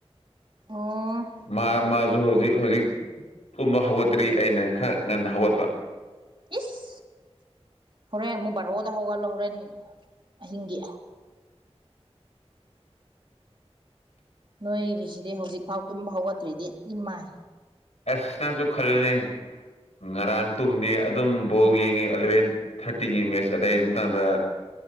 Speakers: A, on the right (about 50°); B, on the left (about 80°).
A: ꯑꯣ
B: ꯃꯥ-ꯃꯥꯖꯨ ꯍꯧꯖꯤꯛ-ꯍꯧꯖꯤꯛ ꯀꯨꯝꯕ ꯍꯧꯒꯠꯇ꯭ꯔꯤ ꯑꯩꯅ ꯈꯔ ꯉꯟꯅ ꯍꯧꯒꯠꯄ
A: ꯏꯁ ꯍꯣꯔꯦꯟ ꯑꯃꯨꯛ ꯕꯥꯔꯣꯗ ꯍꯧꯒꯠꯂꯣ ꯍꯣꯔꯦꯟ ꯑꯍꯤꯡꯒꯤ ꯅꯣꯏꯒꯤꯁꯤꯗꯤ ꯍꯧꯖꯤꯛꯐꯥꯎ ꯇꯨꯝꯕ ꯍꯧꯒꯠꯇ꯭ꯔꯤꯗꯤ ꯏ ꯃꯥꯏ
B: ꯑꯁ ꯅꯪꯁꯨ ꯈꯜꯂꯨꯅꯦ ꯉꯔꯥꯡ ꯇꯨꯝꯗꯦ ꯑꯗꯨꯝ ꯕꯣꯜ ꯌꯦꯡꯉꯦ ꯑꯥꯂꯥꯚꯦꯟ ꯊꯥꯔꯇꯤꯒꯤ ꯃꯦꯠꯆ ꯑꯗꯥꯏ ꯃꯇꯥꯡꯗ